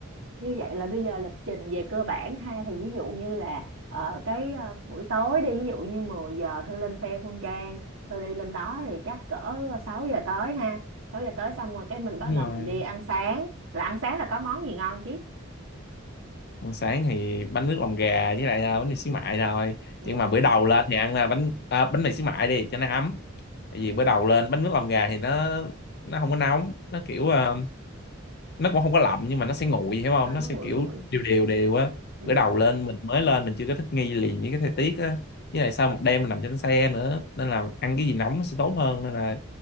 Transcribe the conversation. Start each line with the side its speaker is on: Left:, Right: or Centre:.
Right: Như vậy là bây giờ lịch trình về cơ bản ha thì ví dụ như là ờ, cái ờ, buổi tối đi ví dụ như 10 giờ Thư lên xe Phương Trang Thư đi lên đó thì chắc cỡ 6 giờ tới ha 6 giờ tới xong rồi cái mình bắt
Left: Đúng
Right: đầu
Left: rồi.
Right: mình đi ăn sáng là ăn sáng là có món gì ngon chứ
Left: Ăn sáng thì bánh nước lòng gà với lại à, bánh mì xíu mại thôi
Right: ừ
Left: nhưng mà bữa đầu lên thì ăn là bánh à, bánh mì xíu mại đi cho nó ấm tại vì
Right: ừ
Left: bữa đầu lên bánh nước lòng gà thì nó nó không có nóng nó kiểu à, nó cũng không có lạnh nhưng mà nó sẽ nguội hiểu không
Right: à,
Left: nó
Right: nó
Left: sẽ
Right: nguội
Left: kiểu
Right: nguội
Left: đều đều đều á
Right: ừ
Left: bữa đầu lên mình mới lên mình chưa có thích nghi liền với cái thời tiết á với lại sau một đêm mình nằm trên xe nữa nên là ăn cái gì nóng nó sẽ tốt hơn nên là